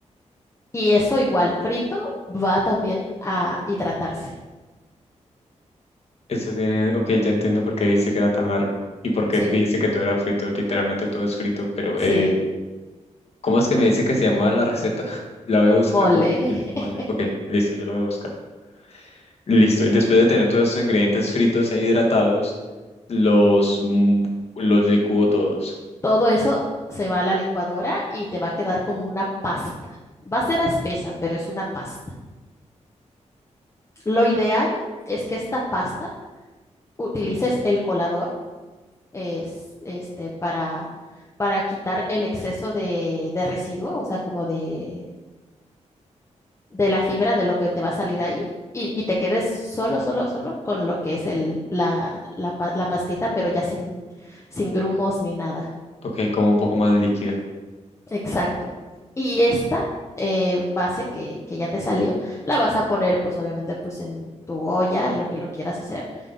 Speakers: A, on the left; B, on the left.
A: y eso igual frito va también a hidratarse.
B: Eso tiene, ok, ya entiendo por qué dijiste que era tan largo y por qué
A: Sí,
B: dijiste que todo era frito. Literalmente todo es frito, pero
A: sí,
B: eh, ¿cómo es que me dice que se llamaba la receta? <laughs> La voy a buscar.
A: mole. <laughs>
B: Mole. Ok, listo, yo la voy a buscar. Listo. Y después de tener todos estos ingredientes fritos e hidratados, los, mm, los licúo todos.
A: Todo eso se va a la licuadora y te va a quedar como una pasta. Va a ser espesa, pero es una pasta. Lo ideal es que esta pasta utilices el colador es, este, para, para quitar el exceso de, de residuo, o sea, como de, de la fibra de lo que te va a salir ahí. Y, y te quedes solo, solo, solo con lo que es el, la, la pa- la pastita, pero ya sin, sin grumos ni nada.
B: Ok, con un poco más líquida.
A: Exacto. Y esta eh, base que, que ya te salió, la vas a poner pues obviamente pues en tu olla, en lo que lo quieras hacer,